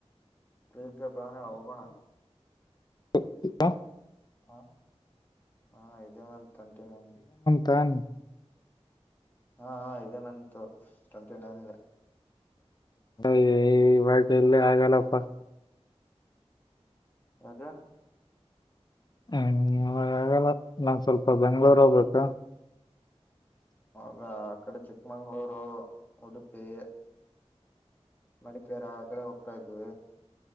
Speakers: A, on the left (about 15°); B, on the left (about 40°).
A: ಪ್ರೀತ ಬಾನ ಹೋಗೋಣ
B: <inaudible>
A: ಹ ಹಾ ಇದೇ ಮಂತ್ <unintelligible>
B: ತನ್
A: ಹಾ ಇದೇ ಮಂತು ಟ್ವೆಂಟಿ ನೈನ್
B: ಈವಾಗ ಎಲ್ಲ ಆಗಲ್ಲಪ್ಪ
A: <unintelligible>
B: ಹ್ಮ್ ಇವಾಗಲ್ಲ ನಾನ್ ಸ್ವಲ್ಪ ಬೆಂಗ್ಳೂರ್ ಹೋಗ್ಬೇಕ.
A: ಹೌದ ಆ ಕಡೆ ಚಿಕ್ಕಮಂಗ್ಗಳೂರು ಉಡುಪಿ. ಮಡಿಕ್ಯಾರ ಆ ಕಡೆ ಹೋಗ್ತಾ ಇದ್ವಿ.